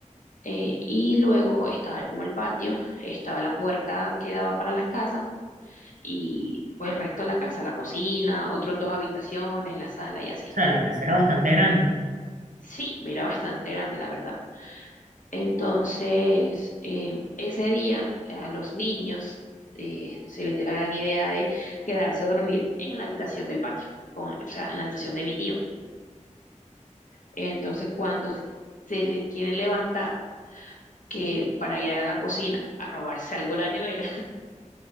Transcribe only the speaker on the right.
O sea, la casa era bastante grande